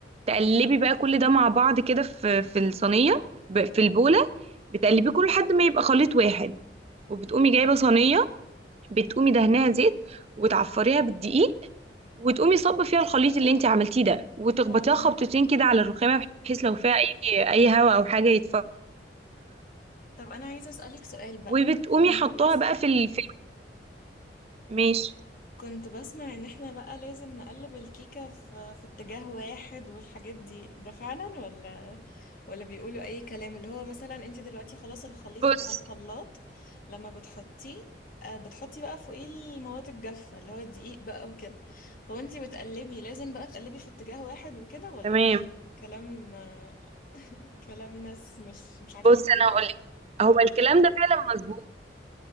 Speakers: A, on the right; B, on the left.
A: تقلبي بقى كل ده مع بعض كده في في الصينيه ب- في البوله بتقلبيه كله لحد ما يبقى خليط واحد وبتقومي جايبه صينيه بتقومي دهنها زيت وتعفريها بالدقيق وتقومي صب فيها الخليط اللي انت عملتيه ده وتخبطيها
B: اه
A: خبطتين كده على الرخامه بحيث لو فيها اي اي هواء او حاجه يتفرغ
B: طب انا عايزة اسألك سؤال بقى
A: وبتقومي
B: كنت
A: حطاها
B: بسمع
A: بقى في ال... في ال- ماشي
B: كنت بسمع ان احنا بقى لازم نقلب الكيكة في, في اتجاه واحد والحاجات دي ده فعلا ولا ولا بيقولوا اي كلام اللي هو مثلا انت دلوقتي خلاص الخليط
A: بص
B: بتاع الخلاط لما بتحطيه آه، بتحطي بقى فوقيه المواد الجافة اللي هو الدقيق بقى وكده فوانتي بتقلبي لازم بقى تقلبي في اتجاه واحد وكده ولا
A: تمام
B: ده كلام آه، كلام ناس مش مش عارفين
A: بص
B: بيقولوا
A: انا هقول
B: ايه
A: لك هو الكلام ده فعلا مظبوط